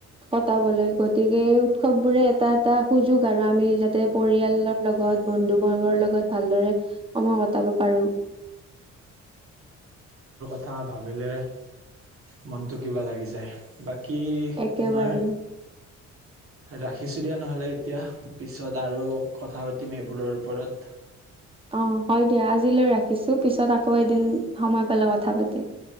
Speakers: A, on the right (about 20°); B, on the right (about 45°).
A: কটাবলৈ গতিকে এই উৎসৱ বোৰে এটা এটা সুযোগ আৰু আমি যাতে পৰিয়ালৰ লগত বন্ধু বৰ্গৰ লগত ভালদৰে সময় কটাব পাৰো।
B: ক ভাবিলে মনটো কিবা লাগি যায় বা কি
A: একেবাৰে
B: তোমাৰ ৰাখিছোঁ দিয়া নহ'লে এতিয়া পিছত আৰু কথা পাতিম এইবোৰৰ ওপৰত
A: অ হয় দিয়া আজিলৈ ৰাখিছো পিছত আকৌ এদিন সময় পালে কথা পাতিম।